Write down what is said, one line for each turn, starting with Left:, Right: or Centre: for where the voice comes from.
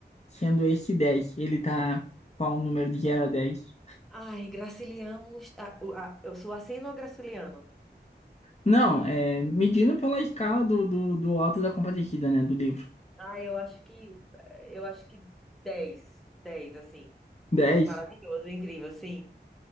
Left: sendo esse 10, Ele tá qual o número de zero a 10?
Centre: Ai, Graciliano, ah, o- ah, eu sou assim ou Graciliano?
Left: Não, é medindo pela escala do, do, do Alto da Compadecida, né? Do livro.
Centre: Ah, eu acho que eu acho que 10, 10, assim.
Left: dez.
Centre: Maravilhoso, incrível, sim.